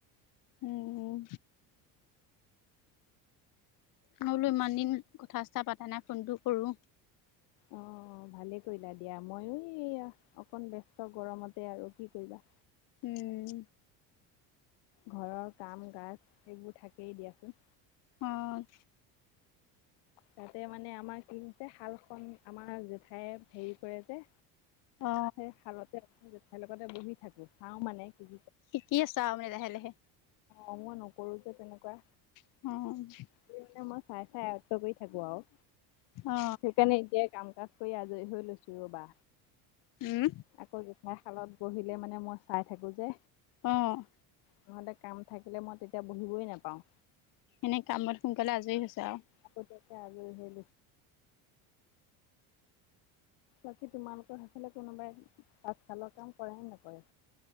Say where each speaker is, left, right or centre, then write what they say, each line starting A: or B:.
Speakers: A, on the left; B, on the left.
A: উম। মই বোলো ইমান দিন কথা চথা পাতা নাই ফোনটো কৰো।
B: অ', ভালেই কৰিলা দিয়া, ময়ো এই অকণ ব্যস্ত গৰমতে আৰু কি কৰিবা।
A: উম।
B: ঘৰৰ কাম কাজ সেইবোৰ থাকেই দিয়াচোন।
A: অ'।
B: তাতে মানে আমাৰ কি হৈছে, শালখন আমাৰ জেঠাই হেৰি কৰে যে।
A: অ
B: সেই শালতে, জেঠাইৰ লগতে বহি থাকো, চাও মানে কি
A: কি কি চাও দে লাহে লাহে।
B: অ', মই নকৰো যে তেনেকুৱা।
A: অ'।
B: মই মানে চাই চাই আত্ত কৰি থাকো আৰু।
A: অ
B: সেইকাৰণে এতিয়াই কাম কাজ কৰি আজৰি হৈ লৈছো ৰ'বা।
A: উম।
B: আকৌ জোঠাই শালত গহিলে মানে মই চাই থাকো যে।
A: অ'।
B: নহলে কাম থাকিলে মই তেতিয়া বহিবই নোপাওঁ।
A: এনে কামত সোনকালে আজৰি হৈছে আৰু।
B: আকৌ তাকে আজৰি হৈ বাকি তোমালোকৰ সেইফালে কোনোবাই, পাছফালৰ কাম কৰে নে নকৰে?